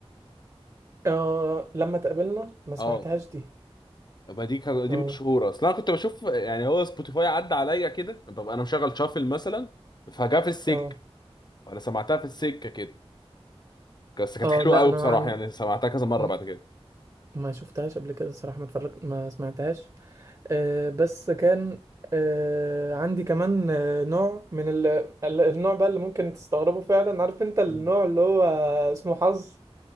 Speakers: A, on the right (about 35°); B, on the left (about 45°).
A: <laughs> آه لما تقابلنا ما سمعتهاش
B: اه
A: دي
B: يبقى دي كان- دي
A: اه
B: مشهوره اصل انا كنت بشوف يعني هو سبوتيفاي عدى عليا كده ببقى انا مشغل شافل مثلا فجاه في السك
A: اه
B: وانا سمعتها في السكه كده بس كانت
A: اه
B: حلوه
A: لا
B: قوي
A: انا
B: بصراحه
A: ما عندي
B: يعني سمعتها كذا مره
A: م-
B: بعد كده
A: ما شفتهاش قبل كده الصراحه ما اتفرجت ما سمعتهاش آه، بس كان آه، عندي كمان آه، نوع من ال... ال- النوع بقى اللي ممكن تستغربه فعلا عارف انت النوع
B: مم.
A: اللي هو اسمه حظ